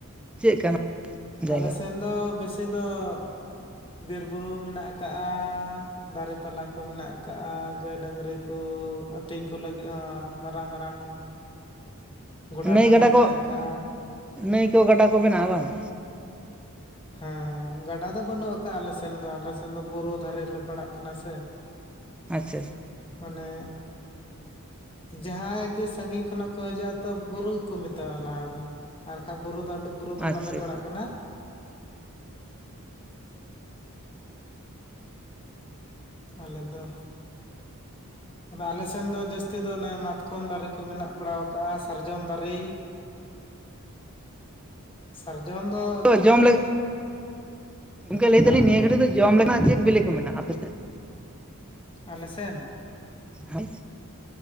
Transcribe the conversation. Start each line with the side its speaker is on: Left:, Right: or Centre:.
Centre: ᱪᱮᱜ ᱠᱟᱱᱟ?
Left: ᱟᱞᱮᱥᱮᱱ
Centre: ᱡᱟᱭᱜᱟ
Left: ᱫᱚ ᱵᱤᱥᱤ ᱫᱚ ᱵᱤᱨ-ᱵᱩᱨᱩ ᱢᱮᱱᱟᱜ ᱠᱟᱜᱼᱟ ᱾ ᱫᱟᱨᱮ ᱯᱟᱞᱟ ᱠᱚ ᱢᱮᱱᱟᱜ ᱠᱟᱜᱼᱟ ᱜᱟᱹᱭ ᱰᱟᱺᱜᱽᱨᱤ ᱠᱚ ᱟᱹᱛᱤᱧ ᱠᱚ ᱞᱟᱹᱜᱤᱫ ᱦᱚᱸ ᱢᱟᱨᱟᱝ ᱢᱟᱨᱟᱝ ᱜᱚᱰᱟ
Centre: ᱱᱟᱹᱭ
Left: ᱴᱟᱺᱰᱤ
Centre: ᱜᱟᱰᱟ
Left: ᱢᱮᱱᱟᱜ
Centre: ᱠᱚ,
Left: ᱟᱠᱟᱜᱼᱟ
Centre: ᱱᱟᱹᱭ ᱠᱚ ᱜᱟᱰᱟ ᱠᱚ ᱢᱮᱱᱟᱜᱼᱟ ᱵᱟᱝᱟ?
Left: ᱦᱮᱸ ᱜᱟᱰᱟ ᱫᱚ ᱵᱟᱹᱱᱩᱜ ᱠᱟᱜᱼᱟ ᱟᱞᱮ ᱥᱮᱱ ᱫᱚ ᱟᱞᱮ ᱥᱮᱱ ᱫᱚ ᱵᱩᱨᱩ ᱫᱷᱟᱨᱮ ᱞᱮ ᱯᱟᱲᱟᱜ ᱠᱟᱱᱟ ᱥᱮ,
Centre: ᱟᱪᱪᱷᱟ ᱟᱪᱪᱷᱟ᱾
Left: ᱢᱟᱱᱮ ᱡᱟᱦᱟᱸᱭ ᱜᱮ ᱥᱟᱺᱜᱤᱧ ᱠᱷᱚᱱᱟᱜ ᱠᱚ ᱦᱤᱡᱩᱜᱼᱟ ᱛᱚ ᱵᱩᱨᱩ ᱜᱮᱠᱚ ᱢᱮᱛᱟᱣᱟᱜᱼᱟ ᱞᱟᱦᱟ ᱫᱚ ᱟᱨ ᱠᱷᱟᱡ ᱵᱩᱨᱩ ᱫᱚ ᱟᱹᱰᱤ ᱵᱩᱨᱩ ᱫᱚ ᱵᱟᱞᱮ
Centre: ᱟᱪᱪᱷᱟ
Left: ᱯᱟᱲᱟᱜ
Centre: ᱟᱪᱪᱷᱟ
Left: ᱠᱟᱱᱟ ᱟᱞᱮ ᱫᱚ ᱟᱫᱚ ᱟᱞᱮ ᱥᱮᱱ ᱫᱚ ᱡᱟᱹᱥᱛᱤ ᱫᱚ ᱚᱱᱮ ᱢᱟᱛᱠᱚᱢ ᱫᱟᱨᱮ ᱠᱚ ᱢᱮᱱᱟᱜ ᱵᱟᱲᱟᱣ ᱠᱟᱜᱼᱟ ᱥᱟᱨᱡᱚᱢ ᱫᱟᱨᱮ ᱥᱟᱨᱡᱚᱢ ᱫᱚ
Centre: ᱛᱚ ᱡᱚᱢ ᱞᱮ ᱜᱚᱝᱠᱮ ᱞᱟᱹᱭ ᱫᱟᱹᱞᱤᱧ
Left: ᱦᱮᱸ
Centre: ᱱᱤᱭᱟᱹ ᱜᱷᱟᱹᱲᱤᱡ ᱫᱚ ᱡᱚᱢ ᱞᱮᱠᱟᱱᱟᱜ ᱪᱮᱫ ᱵᱤᱞᱤ ᱠᱚ ᱢᱮᱱᱟᱜᱼᱟ ᱟᱯᱮ ᱥᱮᱫ?
Left: ᱟᱞᱮ ᱥᱮᱱ?
Centre: ᱦᱳᱭ,